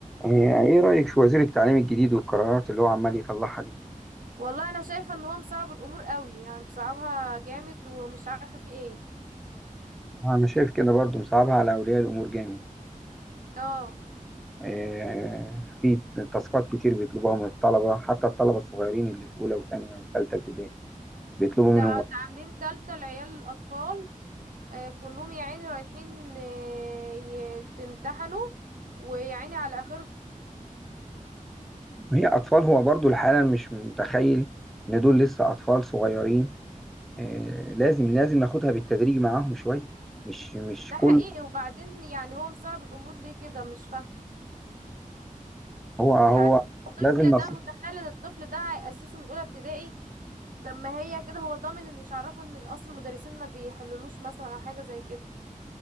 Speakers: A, in the centre; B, on the right.
A: يعني ايه رأيك في وزير التعليم الجديد والقرارات اللي هو عمال يطلعها دي
B: والله انا شايفه ان هو مصعب الامور قوي يعني مصعبها جامد ومش عارفه في ايه
A: انا شايف كده برضو مصعبها على اولياء الامور جامد
B: اه
A: آه، في تاسكات كتير بيطلبوها من الطلبة حتى الطلبة الصغيرين اللي في اولى وتانية وتالتة ابتدائي بيطلبوا
B: ده
A: منهم
B: ده عاملين تالتة لعيال الاطفال آه كلهم يا عيني رايحين آه يتمتحنوا ويا عيني على اخرهم
A: هي اطفال هو برضو الحالة مش متخيل ان دول لسه اطفال صغيرين آه، لازم لازم ناخدها بالتدريج معاهم شوية مش مش
B: ده
A: كل
B: حقيقي وبعدين يعني هو مصعب الامور ليه كده مش فاهمه
A: هو هو
B: يعني الطفل
A: لازم نصيحة
B: ده متخيل ان الطفل ده هيأسسه من اولى ابتدائي طب ما هي كده هو ضامن ان مش عارفه ان الاصل المدرسين ما بيحللوش مثلا او حاجه زي كده